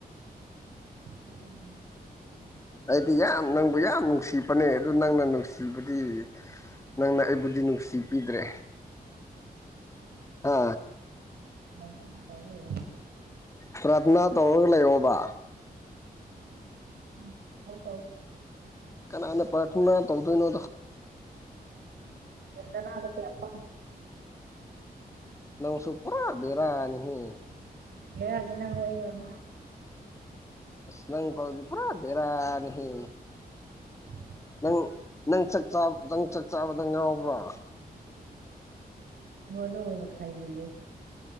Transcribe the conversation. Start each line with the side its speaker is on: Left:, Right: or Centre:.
Right: ꯍꯝ <unintelligible>
Left: ꯑꯩꯗꯤ ꯌꯥꯝ ꯅꯪꯕꯨ ꯌꯥꯝ ꯅꯨꯡꯁꯤꯕꯅꯦ ꯑꯗꯨ ꯅꯪꯅ ꯅꯨꯡꯁꯤꯕꯗꯤ ꯅꯪꯅ ꯑꯩꯕꯨꯗꯤ ꯅꯨꯡꯁꯤꯕꯤꯗ꯭ꯔꯦ ꯍꯥ
Right: ꯍꫭꯏ ꯍꯥ ꯇꯧꯔ ꯂꯩꯌꯨ
Left: ꯄꯔꯠꯅꯥ ꯇꯧꯔꯒ ꯂꯩ ꯌꫭꯕ
Right: ꯎꯝ ꯍꯥꯎꯗꯥꯎ
Left: ꯀꯅꯥꯅ ꯄꯔꯊꯅ ꯇꯧꯗꯣꯏꯅꯣ
Right: ꯅꯌꯥꯄ
Left: ꯅꯧꯁꯨ ꯄꯨꯔꯥꯕꯤꯔꯥꯅꯤꯍ
Right: ꯌꯥꯁꯤ ꯅꯪ ꯑꯣꯏ <unintelligible>
Left: ꯑꯁ ꯅꯪ ꯐꯧꯗꯤ ꯄꯨꯔꯥ ꯕꯦꯔꯥꯅꯤ ꯍꯦ
Right: <unintelligible>
Left: ꯅꯪ ꯅꯪ ꯅꯪ ꯆꯥꯛ ꯆꯥꯕꯗ ꯉꯥꯎꯕ꯭ꯔꯥ
Right: ꯃꯅ ꯍꯅ ꯈꯥꯏꯖ <unintelligible>